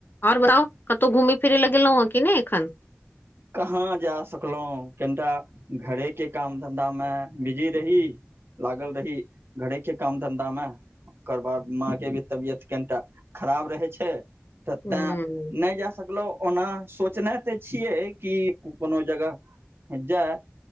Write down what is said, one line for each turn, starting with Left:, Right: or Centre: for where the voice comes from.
Left: और बताउ कतहु घुम फिरै लए गेलौए कि नहि एखन।
Right: कहाँ जा सकलौं कनीटा घरे के काम धंधा मे बिजी रही। लागल रही घरे के काम धन्धा मे। ओकर बाद माँ के भी तबियत कनीटा खराब रहै छै। त
Left: हूँ
Right: तें नै जा सकलहुँ ओना सोचने त छियै। की कूपनो जगह जाइ